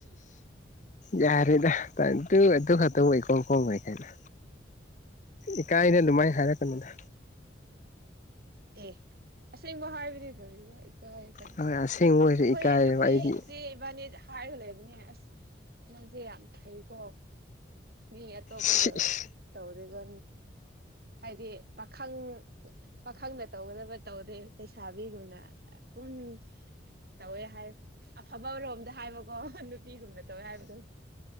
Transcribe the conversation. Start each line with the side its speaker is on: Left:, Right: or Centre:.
Left: ꯌꯔꯦꯗꯥ ꯇꯠꯇꯨ ꯑꯇꯨ ꯈꯛꯇꯕꯨ ꯏꯀꯣꯝ ꯀꯣꯝꯈ꯭ꯔꯦ ꯀꯥꯏꯅꯥ ꯏꯀꯥꯏꯗ ꯑꯗꯨꯃꯥꯏꯅ ꯍꯥꯏꯔꯛꯀꯥꯅꯨꯗ
Right: ꯑꯦ ꯑꯁꯦꯡꯕ ꯍꯥꯏꯕꯅꯤ ꯀꯔꯤꯔꯣ ꯏꯀꯥꯏ
Left: ꯍꯣꯏ ꯑꯁꯦꯡꯕ ꯑꯣꯏꯔꯁꯨ
Right: ꯑꯈꯣꯏ
Left: ꯏꯀꯥꯏꯌꯦꯕ
Right: ꯑꯈꯣꯏ
Left: ꯑꯩꯗꯤ
Right: ꯏꯆꯦ ꯏꯕꯥꯅꯤꯗ ꯍꯥꯏꯔꯒ ꯂꯩꯕꯅꯦ ꯑꯁ ꯅꯪꯁꯦ ꯌꯥꯝ ꯐꯩꯀꯣ ꯃꯤ ꯑꯇꯣꯞꯄꯒ
Left: ꯁꯤꯁ
Right: ꯇꯧꯗꯦꯒꯣ ꯍꯥꯏꯗꯤ ꯄꯥꯈꯪ ꯄꯥꯈꯪꯅ ꯇꯧꯒꯗꯕ ꯇꯧꯗꯦ ꯂꯩꯩꯁꯥꯕꯤꯒꯣꯏꯅ ꯎꯝ ꯇꯧꯋꯦ ꯍꯥꯏ ꯑꯐꯕꯔꯣꯝꯗ ꯍꯥꯏꯕꯀꯣ ꯅꯨꯄꯤꯔꯨꯝꯅ ꯇꯧꯋꯦ ꯍꯥꯏꯕꯗꯣ